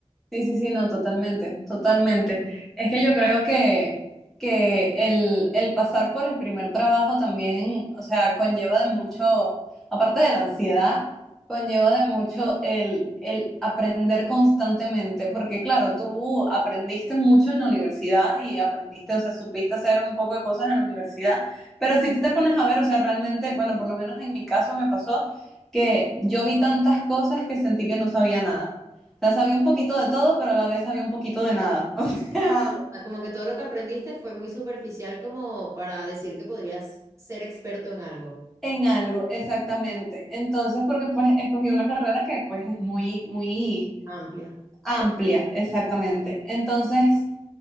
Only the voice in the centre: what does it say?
Sí, sí, sí, no, totalmente, totalmente. Es que yo creo que, que el, el pasar por el primer trabajo también, o sea, conlleva de mucho, aparte de la ansiedad, conlleva de mucho el, el aprender constantemente, porque claro, tú aprendiste mucho en la universidad y aprendiste, o sea, supiste hacer un poco de cosas en la universidad, pero si tú te pones a ver, o sea, realmente, bueno, por lo menos en mi caso me pasó que yo vi tantas cosas que sentí que no sabía nada. O sea, sabía un poquito de todo, pero a la vez sabía un poquito de nada. <laughs> O sea,
en algo, exactamente. Entonces, porque pues escogí una carrera que pues es muy, muy
amplia, exactamente. Entonces,